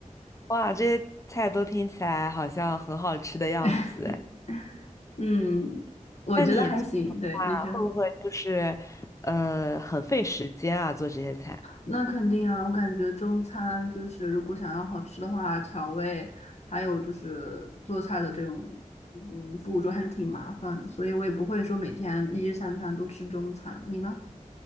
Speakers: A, on the left; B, on the left.
A: 哇，这些菜都听起来好像很好吃的样子哎。
B: <laughs> 嗯，我觉得还行。
A: 那你做的话会不会就是呃很费时间啊？
B: 对，你说。
A: 做这些菜？
B: 那肯定啊，我感觉中餐就是如果想要好吃的话，调味还有就是做菜的这种嗯步骤还是挺麻烦的，所以我也不会说每天一日三餐都吃中餐。你呢？